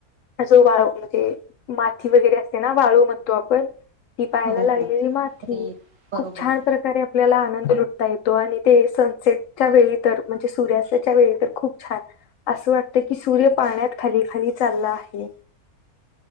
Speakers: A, on the left (about 70°); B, on the right (about 60°).
A: जो वाळ म्हणजे माती वगैरे असते ना वाळू म्हणतो आपण ती पाहायला
B: हो
A: लाग
B: हो
A: माथी.
B: ते बरोबर
A: खूप छान प्रकारे आपल्या आनंद आता येतो. आणि ते, सनसेटच्या वेळी तर म्हणजे सूर्यास्ताच्या वेळी तर खूप छान असं वाटत ते की सूर्य पाण्यात खाली खाली चालला आहे.